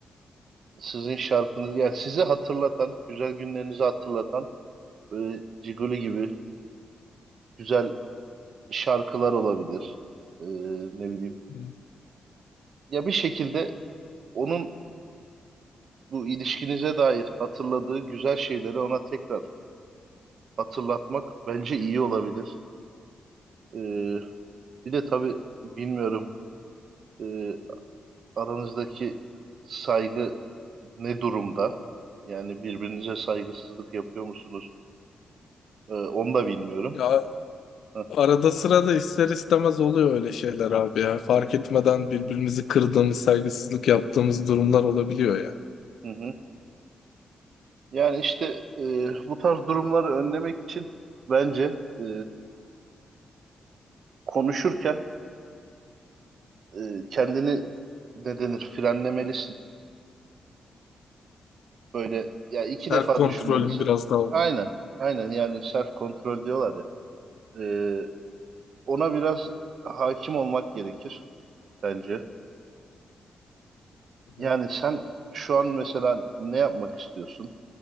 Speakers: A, on the right; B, on the left.
A: sizin şarkınız yani sizi hatırlatan, güzel günlerinizi hatırlatan böyle Ciguli gibi güzel şarkılar olabilir. Ee, ne bileyim.
B: Hı.
A: Ya bir şekilde onun bu ilişkinize dair hatırladığı güzel şeyleri ona tekrar hatırlatmak bence iyi olabilir. Ee, bir de tabii bilmiyorum e, aranızdaki saygı ne durumda? Yani birbirinize saygısızlık yapıyor musunuz? Ee, onu da bilmiyorum.
B: Ya
A: Heh,
B: arada sırada ister istemez oluyor öyle şeyler abi ya. Fark etmeden birbirimizi kırdığımız, saygısızlık yaptığımız durumlar olabiliyor ya.
A: Hı hı. Yani işte e, bu tarz durumları önlemek için bence e, konuşurken e, kendini ne denir frenlemelisin. Böyle ya iki defa
B: Self kontrolüm
A: düşünmelisin.
B: biraz daha olmalı.
A: Aynen, aynen yani self kontrol diyorlar ya. Ee, ona biraz hakim olmak gerekir. bence. Yani
B: Hı.
A: sen şu an mesela ne yapmak istiyorsun?